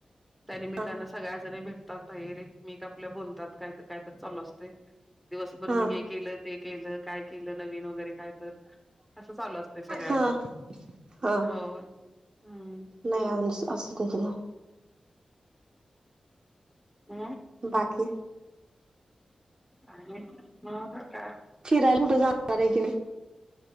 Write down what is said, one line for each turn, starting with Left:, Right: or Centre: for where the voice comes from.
Centre: त्यानिमित्ताने
Right: हा
Centre: सगळ्याजणी भेटतात भाईर एकमेक आपल बोलतात कायतर कायतर चालू असतय दिवसभर
Right: हा
Centre: मी हे केलं ते केलं काय केलं नवीन वगैरे काय तर असं चालू असतय सगळ्यांच
Right: हा हा
Centre: हो हू
Right: नाही आमचं अस काहीच नाही
Centre: हू
Right: बाकी
Centre: आणि मग आता
Right: फिरायला कुठ जाणार हाय की नाही